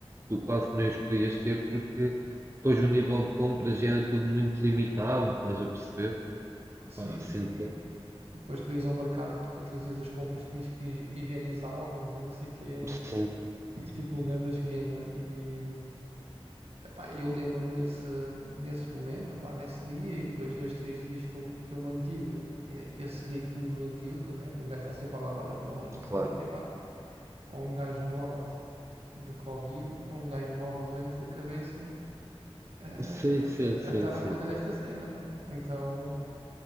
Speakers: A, on the right; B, on the right.
A: tu quase nem os podias ter porque depois o nível de compras já era tudo muito limitado, estás a perceber? Epá,
B: sim,
A: sinto
B: é.
A: que é-
B: E depois tu ias ao mercado e tu co- trazias as compras, tinhas que hi- higienizá-las e não sei o quê,
A: Sim,
B: tipo um grande esquema. E, Epá, eu lembro-me nesse, nesse momento, epá, nesse dia, e depois dois, três dias que eu, que eu mantive eh, esse ritmo doentio, de, né, de um gajo estar sempre a lavar as mãos, e não sei
A: claro.
B: o que eu disse, epá, ou um gajo morre de Covid, ou um gajo morre doente da cabeça eh,
A: Sim,
B: a,
A: sim,
B: a-
A: sim,
B: a estar
A: sim.
B: a fazer esta cena, né? Então,